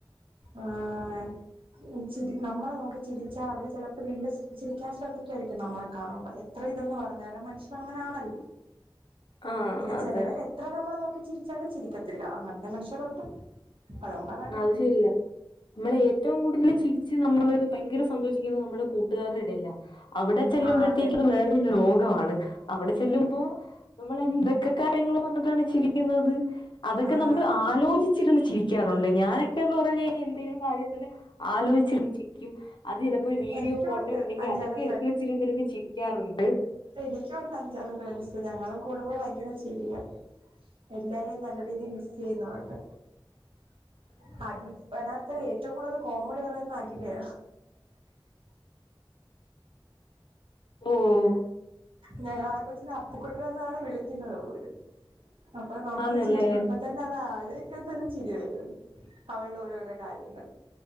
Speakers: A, on the right; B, on the left.
A: ആഹ് ചിരി നമ്മളെ നോക്കി ചിരിച്ചാ അവര് ചെലപ്പോ വീണ്ടും ചിരി ക്കാൻ ശ്രമിക്കുവായിരിക്കും നമ്മളെ കാണുമ്പ. എത്ര ഇതെന്ന് പറഞ്ഞാലും മനുഷ്യനങ്ങനാണല്ലോ
B: ആ
A: പിന്നെ
B: അതെ
A: ചെലവരെ എത്ര നമ്മള് നോക്കി ചിരിച്ചാലും ചിരിക്കത്തില്ല. അങ്ങൻത്തെ മനുഷ്യരുണ്ട് അതും പറ
B: ന്നാത് ശരിയാ. നമ്മള് ഏറ്റവും കൂടുതൽ ചിരിച്ച് നമ്മള് ഭയങ്കര സന്തോഷിക്കുന്നത് നമ്മള് കൂട്ടുകാരുടെ ഇടയില. അവിടെ ചെല്ലുമ്പഴത്തേക്കും
A: ആഹ് അതെ
B: വേറൊരു ലോക വാണ്. അവിടെ ചെല്ലുമ്പോ നമ്മള് എന്തൊക്കെ കാര്യങ്ങള് പറഞ്ഞിട്ടാണ് ചിരിക്കുന്നത്. അതൊക്കെ
A: ആഹ്
B: നമ്മള് ആലോചിച്ചിരുന്നു
A: അതെ അതെ
B: ചിരി ഒണ്ട്. ഞാനൊക്കെന്ന് പറഞ്ഞ് കഴിഞ്ഞാ എന്തേലും കാര്യോണ്ടേല് ആലോചിച്ചിരുന്ന് ചിരിക്ക്യും. അത് ചെലപ്പോ ഒരു വീഡിയോ
A: എനിക്കും
B: ഫോട്ടോ
A: ഉണ്ട്
B: ഉണ്ടെങ്കി
A: അഞ്ചാറ്
B: അതൊക്കെ എടുത്ത് വച്ചിരിരുന്ന് ചിരിക്കാറൊണ്ട്.
A: എനിക്കുണ്ട് അഞ്ചാറു ഫ്രണ്ട്സ് ഞങ്ങളും കൂടുമ്പോ ഭയങ്കര ചിരിയാ. എല്ലാരേം നല്ല രീതിയിൽ മിസ് ചെയ്യുന്നോണ്ട് <unintelligible> ബനാത്ത് ഏറ്റവും കൂടുതൽ കോമഡി പറയുന്ന അഖില്
B: ഓഹ്
A: ഞങ്ങളാ കൊച്ചിനെ അപ്പുക്കുട്ടനെന്നാണ് വിളിക്കുന്നത് പോലും. അപ്പൊ നമ്മള്
B: ആന്നല്ലേ
A: ചിരി ഇപ്പ ത അതാലോയ്ക്കുമ്പത്തന്നെ ചിരി വെരും. അവളുടെ ഓരോരോ കാര്യങ്ങൾ.